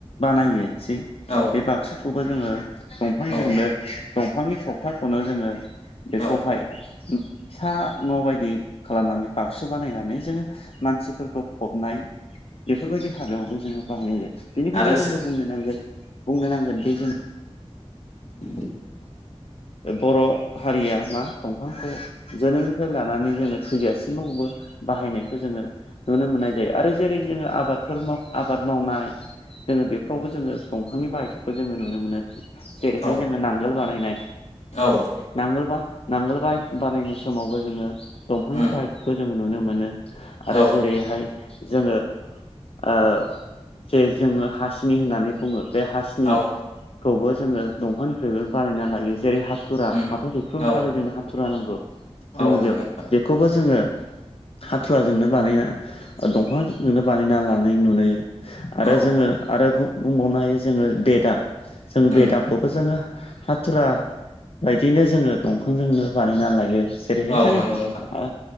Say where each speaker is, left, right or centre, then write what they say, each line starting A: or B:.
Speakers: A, on the left; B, on the left.
A: बानाय होनसै
B: औ
A: बे बाक्सुखौबो जोङो दंफांजोंनो
B: औ
A: दंफांनि थखथाखौनो जोङो बेखौहाय
B: औ
A: उम फिसा न' बायदि खालामनानै बक्सु बानायनानै जोङो मानसिफोरखौ फबनाय बेफोरबायदि हाग्रायावबो जोङो बाहायनाय जायो बेनिखायनो
B: आरो
A: जोङोनो बुंनो नांगोन बुंनो नांगोन दि जों
B: <unintelligible>
A: बर' हारिया मा दंफांखौ जोनोमनिफ्राय लानानै जोङो थैजासिमावबो बाहायनायखौ जोङो नुनो मोननाय जायो आरो जेरै जोङो आबादफोर माव आबाद मावनाय जोङो बेफोरावबो जोङो दंफांनि बाहायथिखौ जोङो नुनो मोनो जेरैहाय
B: औ
A: जोङो नांगोल बानायनाय
B: औ
A: नांगोलबा नांगोल बानायनाय समावबो जोङो दंफांनि
B: उम
A: बाहायथिखौ जोङो नुनो मोनो आरो
B: औ
A: जेरैहाय जोङो ओ जे जोङो हासिनि होननानै बुङो बे हासि
B: औ
A: नि खौबो जोङो दंफांनिफ्रायबो बानायना लायो जेरै हाथुरा
B: उम
A: हाथर दैख्रुबनो
B: औ
A: थाखाय जोंनो हाथुरा नांगौ
B: औ
A: जोङो
B: नंगौ
A: बेयाव बेखौबो जोङो हाथुराजोंनो बानायना ओ दंफांजोंनो बानायना लानाय नुयो आरो
B: औ
A: जोङो आरो बुंबावनो हायो जोङो बेदा जोङो
B: उम
A: बेदाखौबो जोङो हाथुरा बायदिनो जोङो दंफांजोंनो बानायना लायो जेरैहाय
B: औ
A: जोङो
B: नंगौ नोंथां
A: ओ